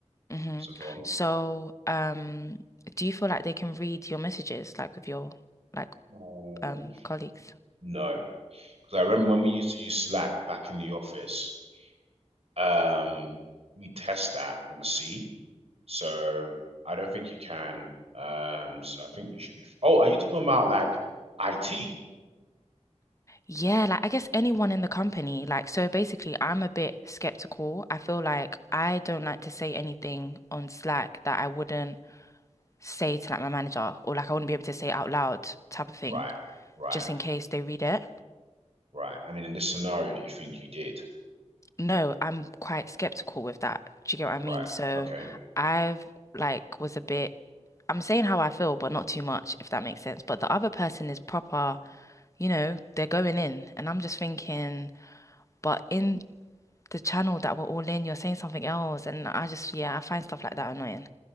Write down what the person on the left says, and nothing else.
Mm-hmm.
So, um, do you feel like they can read your messages like with your like
um colleagues?
Yeah, like I guess anyone in the company. Like, so basically, I'm a bit skeptical. I feel like I don't like to say anything on Slack that I wouldn't say to like my manager or like I wouldn't be able to say out loud type of thing,
just in case they read it.
No, I'm quite skeptical with that. Do you get what I
mean? So
I've like was a bit, I'm saying how I feel, but not too much, if that makes sense. But the other person is proper, you know, they're going in, and I'm just thinking, but in the channel that we're all in, you're saying something else. And I just, yeah, I find stuff like that annoying.